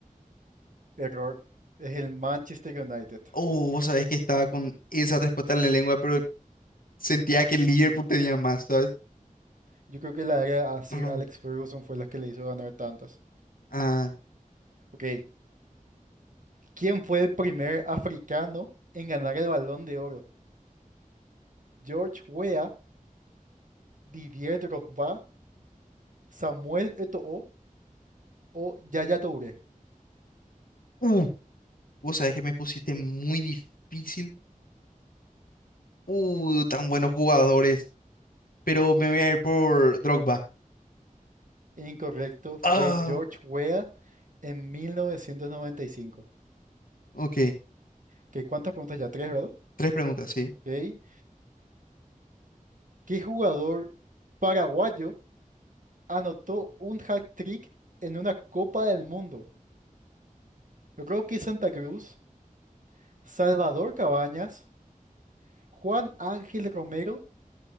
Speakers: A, on the right; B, on the left.
A: Error. Es el Manchester United.
B: Uh, vos sabés que estaba con esa respuesta en la lengua, pero sentía que el Liverpool tenía más, ¿sabes?
A: Yo creo que la era a Sir
B: <clears throat>
A: Alex Ferguson fue la que le hizo ganar tantas.
B: Ah,
A: Ok, ¿quién fue el primer africano en ganar el Balón de Oro? ¿George Weah, Didier Drogba, Samuel Eto'o o Yaya Touré?
B: uh, vos sabés que me pusiste muy difícil. Uh, tan buenos jugadores. Pero me voy a ir por Drogba.
A: Incorrecto, fue
B: Ah,
A: George Weah en 1995.
B: ok.
A: Ok, ¿cuántas preguntas ya? Tres, ¿verdad?
B: Tres preguntas, ¿sí?
A: Ok, ¿qué jugador paraguayo anotó un hat-trick en una Copa del Mundo? Yo creo que Santa Cruz, Salvador Cabañas. Juan Ángel Romero